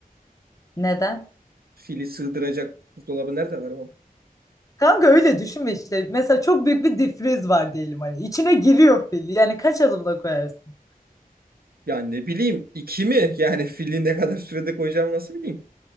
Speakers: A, on the left; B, on the right.
A: Neden?
B: Fili sığdıracak buzdolabı nerede var oğlum?
A: Kanka öyle düşünme işte. Mesela çok büyük bir difriz var diyelim hani. İçine giriyor fil. Yani kaç adımda koyarsın?
B: Yani ne bileyim iki mi? Yani fili ne kadar sürede koyacağımı nasıl bileyim?